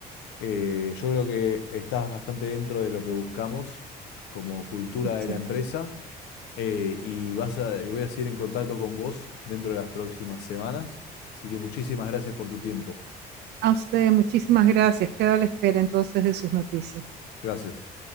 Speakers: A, on the left; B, on the right.
A: Eh, yo creo que estás bastante dentro de lo que buscamos como cultura
B: Excelente.
A: de la empresa. eh, y vas a, voy a seguir en contacto con vos dentro de las próximas semanas. Así que muchísimas gracias por tu tiempo.
B: A usted, muchísimas gracias. Quedo a la espera entonces de sus noticias.
A: Gracias.